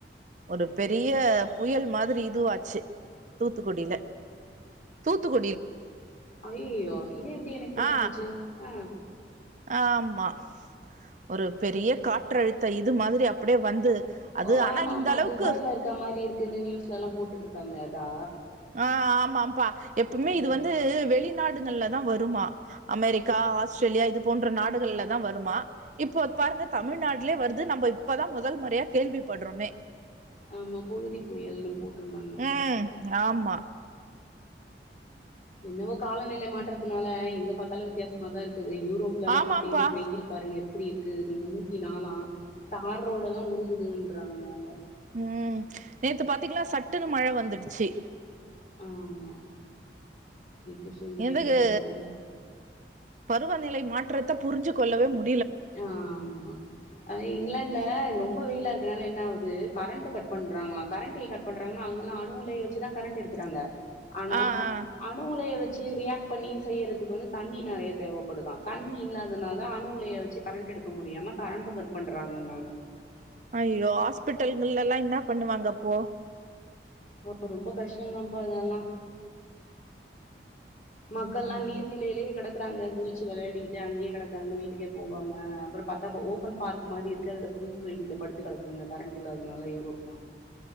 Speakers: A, on the right; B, on the left.
A: ஒரு பெரிய புயல் மாரி இதுவாச்சி தூத்துக்குடில தூத்துக்
B: ஐயய்யோ இது எப்டி எனக் தெரியாம
A: ஆ
B: போச்சு ஆ
A: ஆமா ஒரு பெரிய காற்றழுத்த இது மாரி அப்டியே வந்து அது
B: ஓ
A: ஆனா
B: ஆமா
A: இந்த
B: ஆமா
A: அளவுக்கு
B: துபாய்ல இருக்கா மாரி இருக்குன்னு நியூஸ்லல்லா போட்டுட்டு இருந்தாங்களே அதா
A: ஆ ஆமாப்பா எப்புமே
B: ஆ
A: இது வந்து வெளி நாடுங்கள்ல தா வருமா அமெரிக்கா ஆஸ்திரேலியா இது போன்ற நாடுகள்ல தா வருமா இப்போத் பாருங்க தமிழ்நாட்டுலே வருது நம்போ இப்பதா முதல் முறையா கேள்விப்பட்றோமே
B: ஆமா பொழுதி புயல்ன்னு போட்ருந்தாங்க
A: ம்.
B: <inaudible>
A: ஆமா
B: என்னவோ காலநிலை மாற்றத்துனால எங்க பாத்தாலு வித்யாசமாதா இருக் குது யூரோப்லல்லா
A: ஆமாம்ப்பா.
B: பாத்தீங்னா வெயில் பாருங்க எப்டி இருக் கு நூத்தி நாலா தார் ரோடல்லா உருகுதுன்றாங்கங்க
A: ம் நேத்து பாத்தீங்கலா சட்டுன்னு மழ வந்துடுச்சி
B: ஆமா எப்டி போய் முடிய
A: எந்தக்கூ
B: போதோ தெரில
A: பருவநிலை மாற்றத்த புரிஞ்சு கொள்ளவே மு
B: ஆமா அது இங்கிலான்ட்ல னொம் ப வெயிலாருக்கனால என்னாவுது கரண்டு கட் பண்றாங்களா கரண்டி கட் பண்றாங்கனா அங்கலா அணுலைய வச்சுதா கரண்ட்டெடுக்குறாங்க அனா
A: ஆ, ஆ.
B: அணுலைய வச்சி ரியாக் பண்ணி செய்யறதுக்கு வந்து தண்ணி நறயா தேவப்படுதா தண்ணி இல்லாதனால அணுலைய ச்சு கரண்ட்டெடுக்க முடியாம கரண்டு கட் பண்றாங்க நாங்க
A: அய்யோ ஹாஸ்பிடல்கள்லல்லா இன்னாப் பண்ணுவாங்கப்போ
B: ஓ ரொம்ப கஷ்டோந்தான்ப்பா அதல்லா மக்கல்லா
A: ம்.
B: நீர் நிலைலே கடக்குறாங்க குதிச்சு வளையாடிகிட்டு அங்கயே கடக்காங்க வீட்டுக்கே போகாம அப்றோ பாத்தா போ ஓபன் பார்க் மாரி இருக்கு அதுல புல்வெலில படுத்து கடக்குங்க கரண்டில்லாதனால யூரோப்லா